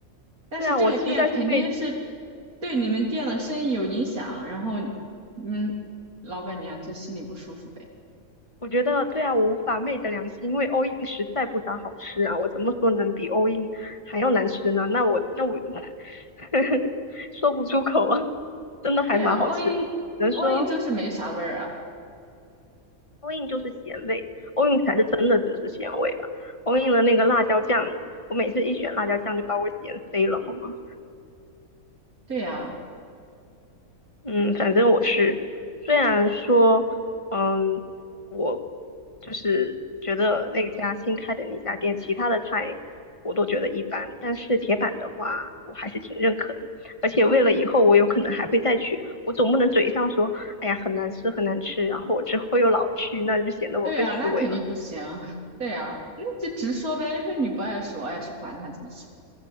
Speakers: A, on the right; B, on the left.
A: 但是这个店肯定是
B: 对啊，我实在是没
A: 对你们店的生意有影响，然后你们老板娘就心里不舒服呗。
B: 我觉得对啊，我无法昧着良心，因为 all in 实在不咋好吃啊，我怎么说能比 all in 还要难吃呢？那我那我 <laughs> 说不出口啊，真的还蛮好吃的，
A: 对啊，l
B: 只能说
A: l in 就是没啥味儿啊。
B: all in 就是咸味，all in 才是真的只是咸味吧。all in 的那个辣椒酱，我每次一选辣椒酱就把我咸飞了，好吗？
A: 对呀、
B: 嗯，反正我是，虽然说，嗯，我就是觉得那家新开的那家店，其他的菜我都觉得一般，但是铁板的话，我还是挺认可的。而且为了以后我有可能还会再去，我总不能嘴上说，哎呀，很难吃，很难吃，然后我之后又老去，那就显得我更虚伪了。
A: 对呀，那肯定不行。<laughs> 对呀，那就直说呗，因为你不爱吃，我爱吃，管他怎么想。